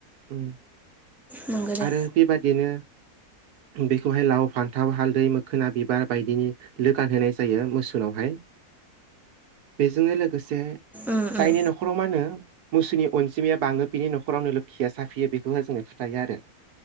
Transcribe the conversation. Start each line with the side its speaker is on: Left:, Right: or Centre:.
Right: उम
Centre: नंगौ दे
Right: आरो बेबादिनो बेखौहाय लाव फान्थाव हालदै मोखोना बिबार बायदिनि लो गानहोनाय जायो मोसौनावहाय बेजोंनो लोगो से
Centre: उम
Right: जायनि
Centre: उम
Right: न'खर जोंङो मोसौनि अनजिमाया बांङो बिनि न'खरावनो लोखिया साफियो बेखौहा जोंनो फोथायो आरो।